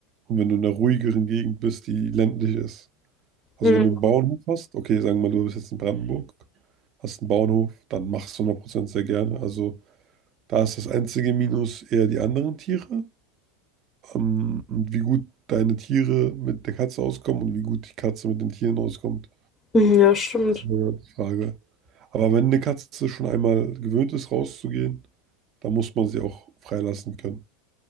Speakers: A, on the right; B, on the left.
A: und wenn du in einer ruhigeren Gegend bist, die ländlich ist. Also
B: Mm.
A: wenn du einen Bauernhof hast, okay, sagen wir mal, du bist jetzt in Brandenburg, hast einen Bauernhof, dann machst du 100% sehr gerne. Also da ist das einzige Minus eher die anderen Tiere ähm, und wie gut deine Tiere mit der Katze auskommen und wie gut die Katze mit den Tieren auskommt,
B: Mhm, Ja, stimmt.
A: das ist eine Frage. Aber wenn eine Katze schon einmal gewöhnt ist, rauszugehen, dann muss man sie auch freilassen können.